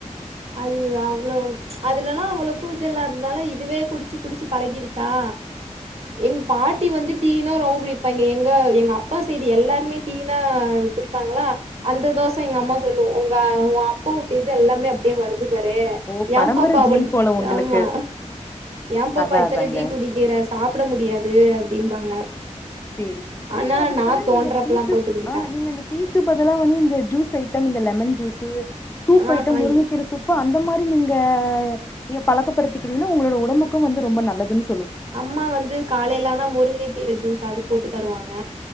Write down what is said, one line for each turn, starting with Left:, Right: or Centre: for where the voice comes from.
Right: அது அவ்ளோ அதுலலா அவ்ளக்கு இதுல்லததால இதுவே குடிச்சி குடிச்சி பழகிருச்சா எங் பாட்டி வந்து டீனா ரொம்ப புடிப்பாங்கே எங்க எங்க அப்பா சைடு எல்லாருமே டீனா புடிப் பாங்ளா அந்த தோசோ எங்க அம்மா சொல்லு ஒங்க ஓ அப்ப வூட்டு இது எல்லாமே அப்டியே வருது பாரே
Left: ஓ
Right: ஏ
Left: பரம்பர
Right: பாப்பா
Left: ஜீன்
Right: அவுள்
Left: போல உங்களுக்கு
Right: ஆமா ஏ பாப்பா
Left: அதா
Right: இத்துன
Left: அதாங்க
Right: டீ குடிக் கிற சாப்ட முடியாது அப்டிம்பாங்க
Left: சேரி சே
Right: ஆனா
Left: நீங்க அதுக்கு
Right: நா
Left: பதுலா
Right: தோன்றப்பல்லா
Left: நீங்க டீக்கு
Right: போட்டு குடிப்பே
Left: அ நீங்க அந்த டீக்கு பதுலா வந்து இந்த ஜூஸ் ஐட்டம் இந்த லெமன் ஜூஸு சூப்
Right: ஆஹா
Left: ஐட்டம் முருங்கக்கீர
Right: இ-
Left: சூப் அந்த மாரி நீங்க நீங்க பழக்கப்படுத்திக்கிறீங்னா உங்களோட உடம்புக்கு வந்து ரொம்ப நல்லதுன்
Right: அம்மா வந்து காலைலானா முருங்கக்கீர ஜூஸ் அது போட்டு தருவாங்க